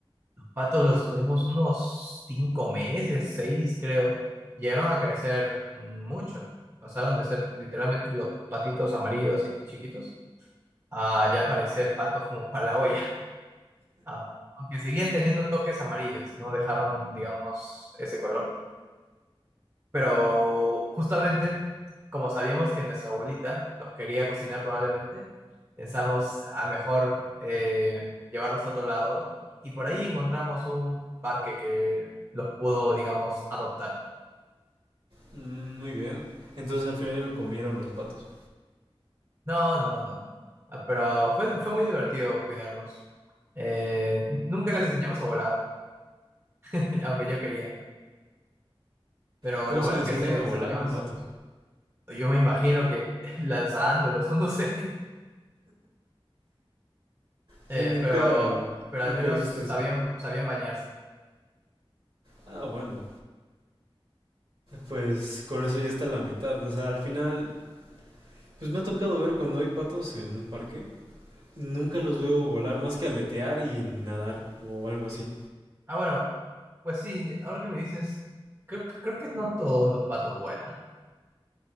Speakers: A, on the right; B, on the right.
A: patos los tuvimos unos cinco meses, seis creo. Llegaron a crecer mucho. Pasaron de ser literalmente los patitos amarillos y chiquitos a ya parecer patos como para la olla. <laughs> Ah, aunque seguían teniendo toques amarillos, no dejaron, digamos, ese color. Pero justamente, como sabíamos que nuestra abuelita los quería cocinar probablemente, Pensamos a mejor eh, llevarlos a otro lado y por ahí encontramos un parque que los pudo, digamos, adoptar.
B: "Mm, muy bien. Entonces al final ya lo comieron los patos.
A: No, no, no. Ah, Pero fue, fue muy divertido cuidarlos. Eh, nunca les enseñamos a volar, <laughs> aunque yo quería. Pero
B: ¿Cómo
A: lo bueno
B: se le
A: es
B: enseña
A: que se,
B: a volar
A: se bañaban
B: a un pato?
A: solos. Yo me imagino que <laughs> lanzándolos, o no sé. Eh,
B: Sí, nunca,
A: pero, pero
B: nunca
A: al menos
B: he visto
A: sabían,
B: eso.
A: sabían bañarse.
B: Ah, bueno. Pues con eso ya está la mitad. O sea, al final, pues me ha tocado ver cuando hay patos en un parque. Nunca los veo volar más que aletear y nadar o algo así.
A: Ah, bueno, pues sí, ahora que lo dices, creo, que- creo que no todos los patos vuelan.